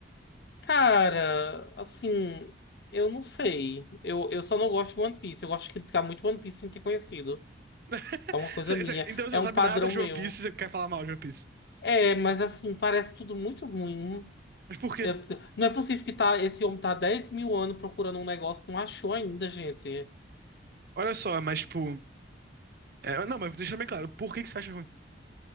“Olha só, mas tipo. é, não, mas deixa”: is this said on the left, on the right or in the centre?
Right